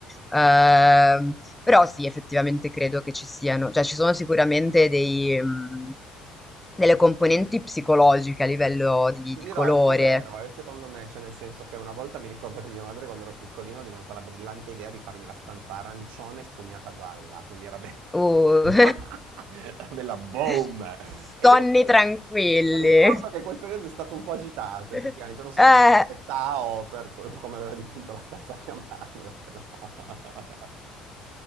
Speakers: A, in the centre; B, on the right (about 70°).
A: Ehm, però sì, effettivamente credo che ci siano, cioè ci sono sicuramente dei, mm, delle componenti psicologiche a livello di,
B: Ti
A: di
B: dirò,
A: colore.
B: è un po' vero, eh, secondo me, cioè nel senso che una volta mi ricordo che mia madre quando ero piccolino è venuta la brillante idea di farmi la stanza arancione spugnata gialla, quindi era bella,
A: Uh.
B: <laughs> era bella boom!
A: <laughs>
B: E
A: Sonni
B: devo dire,
A: tranquilli.
B: ricordo che quel periodo è stato un po' agitato,
A: <laughs>
B: effettivamente, non so
A: Eh.
B: se era per l'età o per que- come aveva dipinto la stanza mia madre, però... <laughs>